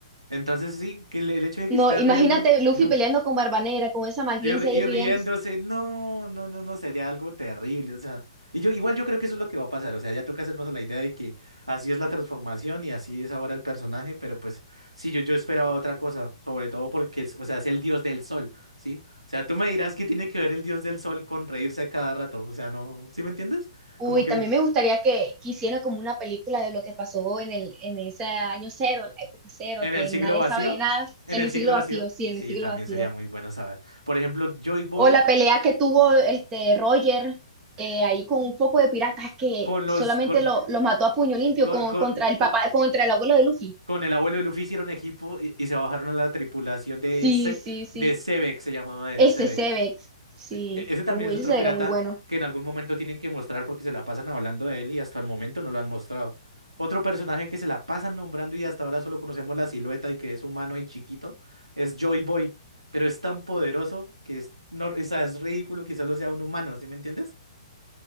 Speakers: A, on the right; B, on the right.
A: Entonces sí, que el, el hecho de
B: No,
A: que esté
B: imagínate
A: riendo,
B: Luffy
A: no.
B: peleando con Barba Negra, con esa malicia
A: Y, ri- y
B: y riendo.
A: riéndose, no, no, no, no, sería algo terrible, o sea. Y yo, igual yo creo que eso es lo que va a pasar, o sea, ya toca hacernos a la idea de que así es la transformación y así es ahora el personaje, pero pues sí, yo, yo esperaba otra cosa, sobre todo porque, es, o sea, es el dios del sol, ¿sí? O sea, tú me dirás que tiene que ver el dios del sol con reírse a cada rato, o sea, no, ¿sí me entiendes? Como
B: Uy,
A: que
B: también
A: le-
B: me gustaría que, que hicieran como una película de lo que pasó en el, en ese año cero, la época cero,
A: en
B: que
A: el siglo
B: nadie
A: vacío,
B: sabe de nada,
A: en
B: en
A: el
B: el
A: siglo
B: siglo
A: vacío,
B: vacío, sí, en
A: sí,
B: el siglo
A: también
B: vacío.
A: sería muy bueno saber. Por ejemplo, Joy Boy.
B: O la pelea que tuvo este Roger eh, ahí con un poco de piratas que
A: con los
B: solamente
A: con,
B: lo, lo mató a puño limpio
A: con,
B: con,
A: con,
B: contra el
A: con-
B: papá, contra el abuelo de Luffy.
A: con el abuelo de Luffy hicieron equipo y, y se bajaron a la tripulación de
B: Sí,
A: Se-
B: sí, sí.
A: de Sebek, se llamaba el
B: Ese
A: Sebek.
B: Sevex. Sí.
A: E- Ese también
B: Uh,
A: es
B: ese
A: otro
B: sería
A: pirata
B: muy bueno.
A: que en algún momento tienen que mostrar porque se la pasan hablando de él y hasta el momento no lo han mostrado. Otro personaje que se la pasan nombrando y hasta ahora solo conocemos la silueta y que es humano y chiquito es Joy Boy, pero es tan poderoso que es, no, o sea, es ridículo que solo sea un humano, ¿sí me entiendes?